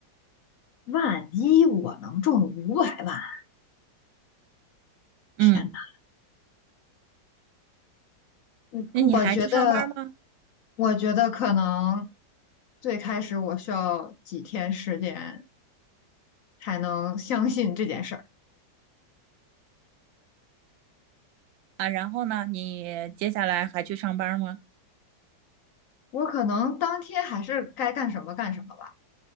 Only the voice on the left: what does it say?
万一我能中五百万，
天呐，嗯，
我觉得，我觉得可能最开始我需要几天时间才能相信这件事儿。
我可能当天还是该干什么干什么吧，